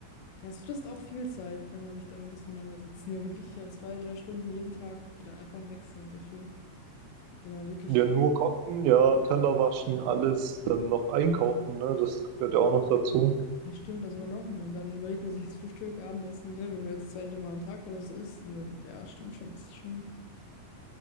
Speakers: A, on the left; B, on the right.
A: Ja, es frisst auch viel Zeit, wenn man sich damit auseinandersetzt. Es sind ja wirklich ja, zwei, drei Stunden jeden Tag, die dann einfach weg sind dafür. Wenn man wirklich,
B: Ja, nur kochen, ja, Teller waschen, alles, dann noch einkaufen, ne? Das gehört ja auch noch dazu.
A: ja stimmt, da sogar noch mehr. Und dann überlegt man sich das Frühstück, Abendessen, ne, wenn du jetzt zwei, dreimal am Tag oder so isst. Und dann, ja, stimmt schon, das ist schon,